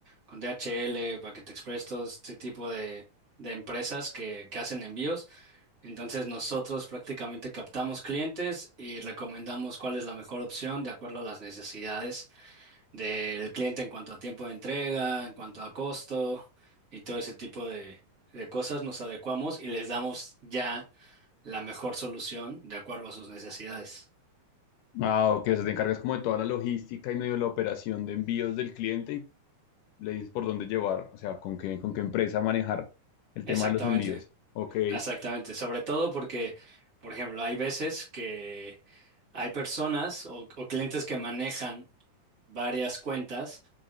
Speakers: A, on the right; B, on the left.
A: con DHL, Paquete Express, todo este tipo de, de empresas que, que hacen envíos. Entonces nosotros prácticamente captamos clientes y recomendamos cuál es la mejor opción de acuerdo a las necesidades del cliente en cuanto a tiempo de entrega, en cuanto a costo y todo ese tipo de, de cosas. Nos adecuamos y les damos ya la mejor solución de acuerdo a sus necesidades.
B: Ah, ok, o sea, te encargas como de toda la logística y medio la operación de envíos del cliente y le dices por dónde llevar, o sea, con qué, con qué empresa manejar el
A: Exactamente.
B: tema de los envíos. Ok.
A: Exactamente, sobre todo porque, por ejemplo, hay veces que hay personas o, o clientes que manejan varias cuentas,